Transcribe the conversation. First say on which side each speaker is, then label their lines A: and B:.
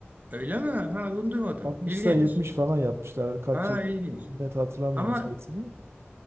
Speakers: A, on the right; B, on the right.
A: Öyle mi? Ha bunu duymadım.
B: 60'sa
A: İlginç.
B: 70 falan yapmışlar. Kaç
A: Ha
B: yıl
A: ilginç.
B: net hatırlamıyorum
A: Ama
B: sayısını.